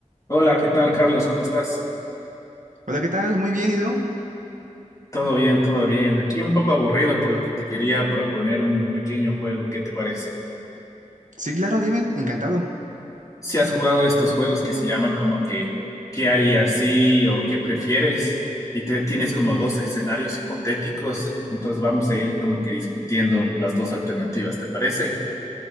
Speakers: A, on the left; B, on the right.
A: Hola, ¿qué tal, Carlos? ¿Cómo estás?
B: Hola, ¿qué tal? Muy bien, ¿y tú?
A: Todo bien, todo bien. Aquí un poco aburrido, por lo que te quería proponer un pequeño juego. ¿Qué te parece?
B: Sí, claro, dime, encantado.
A: Si has jugado estos juegos que se llaman como que ¿qué harías sí o qué prefieres? Y te, tienes como dos escenarios hipotéticos, entonces vamos a ir como que discutiendo las dos alternativas, ¿te parece?